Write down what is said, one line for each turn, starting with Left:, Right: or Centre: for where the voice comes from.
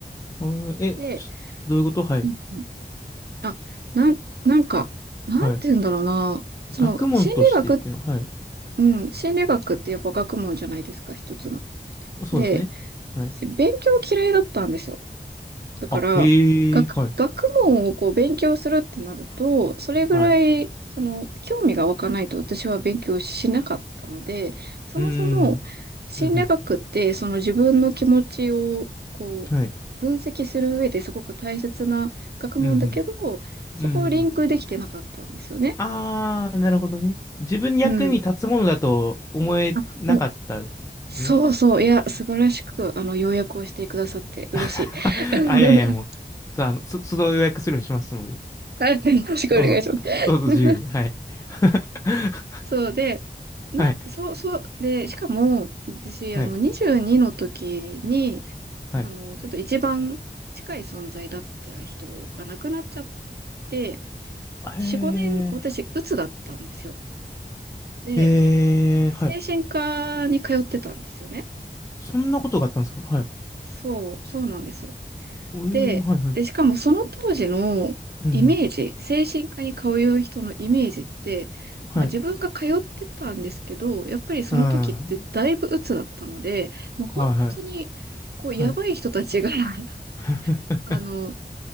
Left: あーえ、
Right: で、
Left: ちょ、どういうことはい、
Right: うんうん、あ、なん、なんか、なんて言うんだろうな、
Left: はい。
Right: その、
Left: 学問としてっていうのは、
Right: 心理学、
Left: はい。
Right: うん、心理学ってやっぱ学問じゃないですか、一つの。
Left: そうですね。
Right: で、
Left: はい。
Right: 勉強嫌いだったんですよ。だから、
Left: あ、へえ、
Right: 学、
Left: はい、
Right: 学問をこう勉強するってなると、それぐらい、
Left: はい。
Right: その、興味が湧かないと私は勉強しなかったので、そもそも、
Left: うーん、
Right: 心理学って、
Left: うん、
Right: その自分の気持ちを、こう、
Left: うん、はい、
Right: 分析する上ですごく大切な学問だけど、
Left: うん、
Right: そこをリンクできてなかったんですよね。
Left: うん、うん。ああ、なるほどね。自分に役に立つものだと思えなかった
Right: うん。あ、もう、そうそう。
Left: ね。
Right: いや、素晴らしく、あの、要約をしてくださって嬉しい。
Left: <laughs>
Right: <laughs>
Left: あ、いやいや、もう、そうあの、つ、都度予約するようにしますので、
Right: はい。よろしくお願いします。
Left: どうぞ、どうぞ自由に、
Right: <laughs>
Left: はい。<laughs>
Right: そうで、な、
Left: はい、
Right: そう、そう、で、しかも、私、
Left: はい、
Right: あの、22の時に、
Left: はい。
Right: あの、ちょっと一番近い存在だった人が亡くなっちゃって、4、
Left: へえ、
Right: 5年、私、鬱だったんですよ。で、
Left: ええ、
Right: 精神科に通ってたんですよね。
Left: はい。そんなことがあったんですかはい。
Right: そう、そうなんです。
Left: ええ、
Right: で、
Left: はい、はい。
Right: で、しかもその当時のイメージ、
Left: うん、うん
Right: 精神科に通う人のイメージって、
Left: はい。
Right: まあ自分が通ってたんですけど、やっぱりその時ってだいぶ鬱だったので、
Left: うん、は
Right: もう本当に、
Left: い、はい、
Right: こう、やばい人たちが
Left: はい。
Right: <laughs>
Left: <laughs>
Right: あの、